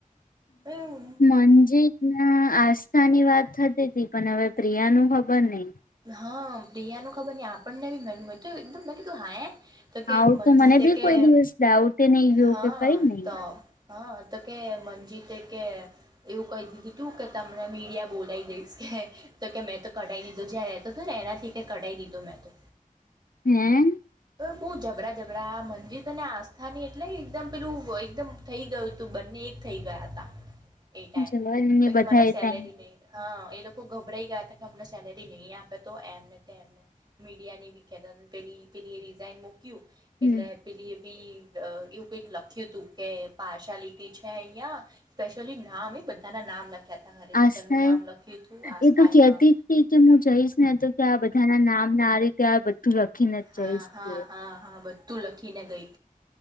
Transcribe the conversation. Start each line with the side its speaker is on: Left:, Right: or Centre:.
Right: હમ્મ
Left: મનજીત ના આસ્થાની વાત થતી હતી પણ હવે પ્રિયા નું ખબર નહિ.
Right: હા પ્રિયાનું ખબર નહી આપણને બી મે એકદમ મેં કીધું હા તો કે
Left: આવું
Right: મજ
Left: તો મને
Right: તે
Left: બી
Right: કે
Left: કોઈ દિવસ ડાઉટ નહી ગયો
Right: હા
Left: કે કઈ નઈ
Right: તો હા તો કે મંજી તે કે એવું કહી દીધું તું કે તમને મીડિયા બોલાવી દઈશ કે તો કે મેં તો કઢાવી દીધું જ્યાં રતો હતો ને એનાથી કઢાવ દીધો મેં તો
Left: હમ્મ.
Right: બહુ જબરા જબરા મંજિત અને આસ્થાની એટલે એકદમ પેલું એકદમ થઈ ગયું તું બંને એક થઈ ગયા તા એ ટાઈમે
Left: જવાને
Right: તો કે
Left: બધા
Right: મને
Left: એ ટાઈમ
Right: સેલેરી દે હા એ લોકો ગભરાઈ ગયા હતા કે અમને સેલે તે નહી આપે તો એમને એમને મીડિયા ની કતા પેલી પેલી એ રિઝઇન મૂક્યુ
Left: હમ
Right: એટલે પેલી એ બી એવું કઈક લખ્યું હતુ કે પાર્શલિટી છે, અહિયાં સ્પેશયલી નામ એ બધાના નામ લખ્યા હતા હરેશ્વરનુ
Left: આસ્થા
Right: નામ
Left: એ
Right: લખ્યું હતુ આસ્થા
Left: એ તો કેતી
Right: હા
Left: જ કે હું જઈશ ને તો કે આ બધાના નામને આ રીતે આ બધું લખીને
Right: હા
Left: જ જઈશ
Right: હા
Left: કે
Right: હા હા બ તુ લખી ને ગઈ